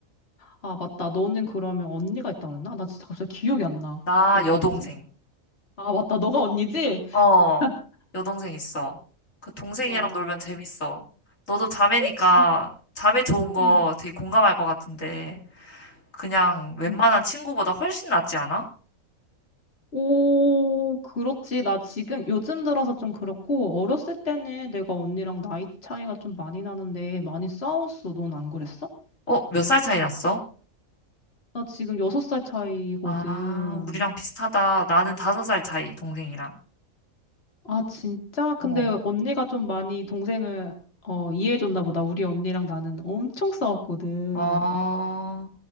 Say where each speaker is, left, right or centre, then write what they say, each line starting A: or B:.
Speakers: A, on the left (about 45°); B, on the left (about 65°).
A: 아, 맞다. 너는 그러면 언니가 있다 그랬나? 나 진짜 갑자기 기억이 안 나.
B: 나
A: 누가 있다
B: 여동생.
A: 했지? 아, 맞다. 너가 언니지?
B: 어,
A: <laughs>
B: 여동생 있어. 그 동생이랑
A: 아,
B: 놀면
A: 맞아.
B: 재밌어. 너도 자매니까
A: 혹시?
B: 자매 좋은 거
A: 응.
B: 되게 공감할 것 같은데 그냥 웬만한
A: 응.
B: 친구보다 훨씬 낫지 않아?
A: 오, 그렇지. 나 지금 요즘 들어서 좀 그렇고, 어렸을 때는 내가 언니랑 나이 차이가 좀 많이 나는데 많이 싸웠어. 넌 안 그랬어?
B: 어, 몇 살 차이 났어?
A: 나 지금 여섯 살 차이거든.
B: 아, 우리랑 비슷하다. 나는 다섯 살 차이, 동생이랑.
A: 아, 진짜? 근데
B: 어.
A: 언니가 좀 많이 동생을 어, 이해해줬나 보다. 우리 언니랑 나는 엄청 싸웠거든.
B: 어,